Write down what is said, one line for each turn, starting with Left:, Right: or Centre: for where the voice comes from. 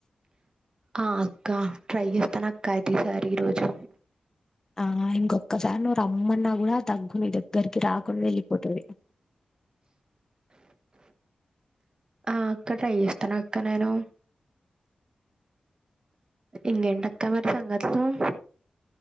Right: ఆ అక్క ట్రై చేస్తాను అక్క అయితే ఈ సారి ఈరోోజు
Left: ఆ ఇంకొక్కసారి నువ్వు రమ్మన్నా కూడా దగ్గు నీ దగ్గరికి రాకుండా వెళ్ళిపోతది
Right: ఆ అక్క ట్రై చేస్తాను అక్క నేను ఇంగేటి అక్క మరి సంగత్ తు మ్